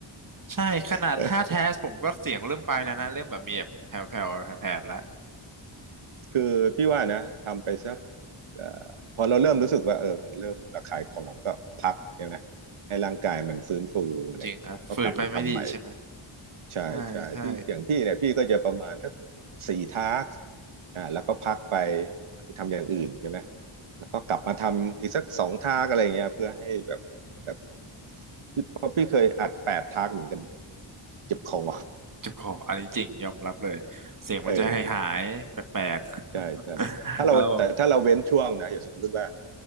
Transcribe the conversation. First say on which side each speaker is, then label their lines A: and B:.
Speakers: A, on the right (about 40°); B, on the right (about 80°).
A: ใช่ขนาดห้าแทสผมก็เสียงเริ่มไปแล้วนะเริ่มแบบมีแบบแผ่วๆแผ่วๆแล้ว
B: <laughs> คือพี่ว่านะทำไปสักเอ่อพอเราเริ่มรู้สึกว่าเออมันเริ่มระคายคอมันก็พักเนี่ยนะให้ร่างกายมันฟื้นฟูอะไรอย่างเงี้ยแล้วก็กลับมาทำใหม่
A: จริงครับฝืนไปไม่ดีใช่ไหม
B: ใช่ใช่พี่อย่างพี่เนี่ยพี่ก็จะประมาณสัก
A: ใช่ใช่
B: สี่ทาร์กอ่าแล้วก็พักไปไปทำอย่างอื่นใช่ไหมแล้วก็กลับมาทำอีกสักสองทาร์กอะไรเงี้ยเพื่อให้แบบแบบพี่เพราะพี่เคยอัดแปดทาร์กเหมือนกันเจ็บคอ <laughs>
A: เจ็บคออันนี้จริงยอมรับเลยเสียงมันจะหายหายแปลก
B: เออ ใช่ใช่ถ้าเราแต่ถ้าเราเว้นช่วงนะอย่างสมมุติว่า
A: ๆ <laughs> แล้ว